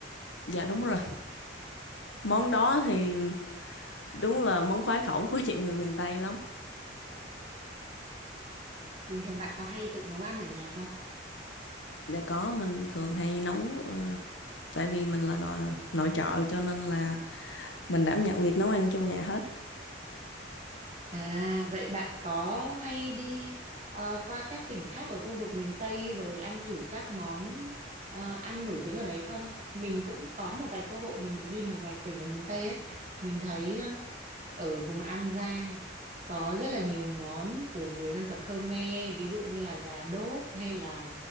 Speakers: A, on the left (about 75°); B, on the right (about 40°).
A: dạ đúng rồi món đó thì đúng là món khoái khẩu của nhiều người miền Tây lắm
B: bình thường bạn có hay tự nấu ăn ở nhà không
A: đã có mình thường hay nấu ờ, tại vì mình là nội nội trợ cho nên là mình đảm nhận việc nấu ăn trong nhà hết
B: À, vậy bạn có hay đi ờ, qua các tỉnh khác ở khu vực miền Tây rồi ăn thử các món ờ, ăn nổi tiếng ở đấy không? Mình cũng có một vài cơ hội mình được đi một vài tỉnh ở miền Tây ấy. Mình thấy ờ, ở vùng An Giang có rất là nhiều món của người dân tộc Khmer, ví dụ như là gà đốt hay là